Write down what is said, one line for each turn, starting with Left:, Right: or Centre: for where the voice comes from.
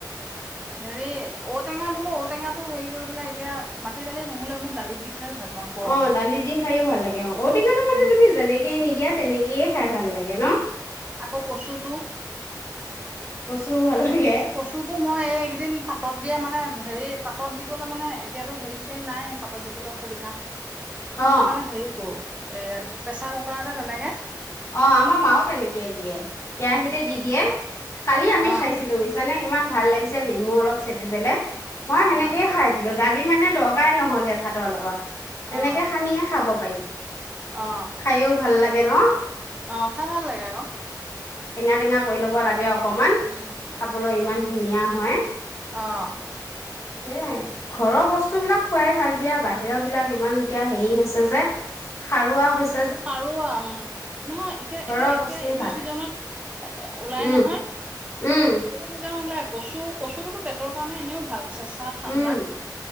Right: হেৰি ঔ টেঙা বোলো ঔ টেঙাটো হেৰি কৰি পেলাই এতিয়া মাটি দালি নহলেও মই দালিত দি। খাই ভাল পাওঁ গৰমত
Left: অ' দালি দি খাই ভাল লাগে অ ঔটেঙাটো
Right: উম,
Left: মানে তুমি যেনেকে নিদিয়া। তেনেকে খাই ভাল লাগে নহ।
Right: আকৌ কচুটো।
Left: কচু ভাল লাগে
Right: কচুটো মই এই কেইদিন পাতত দিয়া মানে। হেৰি পাতত দিবলৈ মানে এতিয়াতো হেৰি চেৰি নাই পাতত দিবলৈ অসুবিধা। কিন্তু
Left: অ
Right: মানে হেৰি কৰোঁ। এইয়া প্ৰেছাৰ কুকাৰতে তেনেকে।
Left: অ আমাৰ মা তেনেকে দিয়ে কেৰাহীতে দি দিয়ে। কালি আমি
Right: অ
Left: খাইছিলো বুজিছনে ইমান ভাল লাগিছে। পিছে নেমু অলপ চেপি পেলাই। মই সেনেকৈয়ে
Right: অ
Left: খাই দিলো। দালি মানে দৰকাৰ নহ'লে ভাতৰ লগত।
Right: অ
Left: তেনেকে শানিয়ে খাব পায়ি
Right: অ
Left: খাইও ভাল লাগে ন?
Right: অ', খাই ভাল লাগে আকৌ।
Left: টেঙা, টেঙা কৰি ল'ব লাগে অক অকমান
Right: উম,
Left: খাবলৈ ইমান ধুনীয়া হয়।
Right: অ'।
Left: সেয়াই ঘৰৰ বস্তু বিলাক খুৱাই ভাল দিয়া বাহিৰৰ বিলাক ইমান এতিয়া হেৰি হৈছে যে, সাৰুৱা হৈছ
Right: সাৰুৱা উম, নহয় এতিয়া,
Left: ঘৰৰ
Right: এতিয়া, এতিয়া
Left: বস্তুখিনি
Right: এইটো
Left: ভাল
Right: চিজনত ওলাই
Left: উম
Right: নহয়, এইটো
Left: উম
Right: চিজনত ওলাই। কচু কচুটো পেটৰ কাৰণে এনেও ভাল। চেঁচা ঠাণ্ডা।
Left: উম